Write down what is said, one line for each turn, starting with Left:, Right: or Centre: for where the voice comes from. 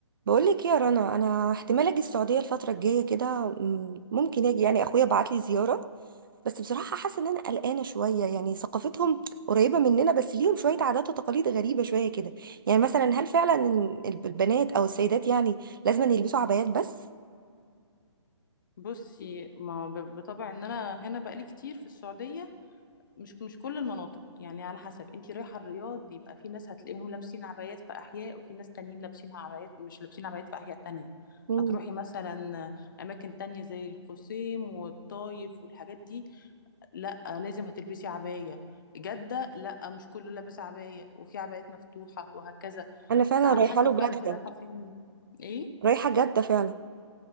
Right: بقولك إيه يا رنا انا احتمال اجي السعوديه الفتره الجايه كده م- ممكن اجي يعني اخويا بعت لي زياره بس بصراحه حاسه ان انا قلقانه شويه يعني ثقافتهم قريبه مننا بس ليهم شويه عادات وتقاليد غريبه شويه كده يعني مثلا هل فعلا إن الب- البنات او السيدات يعني لازم أن يلبسوا عبايات بس
Left: بصي ما ب- بطبع ان انا هنا بقالي كتير في السعوديه مش مش كل المناطق يعني على حسب انتي رايحه الرياض يبقى في ناس هتلاقيهم لابسين عبايات في احياء وفي ناس تانيين لابسين عبايات مش لابسين عبايات في احياء تانية
Right: مم.
Left: هتروحي مثلا اماكن تانية زي القصيم والطايف والحاجات دي لا لازم هتلبسي عبايه جده لا مش كله لابس عبايه وفي عبايات مفتوحه وهكذا
Right: انا فعلا
Left: فعلى
Right: رايحه
Left: حسب
Right: له
Left: بقى انتي
Right: جده
Left: رايحه فين ايه
Right: رايحه جده فعلا